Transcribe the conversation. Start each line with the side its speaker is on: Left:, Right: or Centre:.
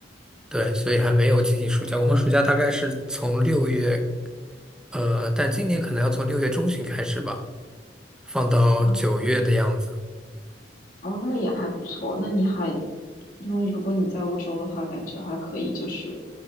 Centre: 对，所以还没有进行暑假。我们暑假大概是从六月。呃，但今年可能要从六月中旬开始吧，放到九月的样子。
Left: 啊，哦，那也还不错，那你还，因为如果你在欧洲的话，感觉还可以，就是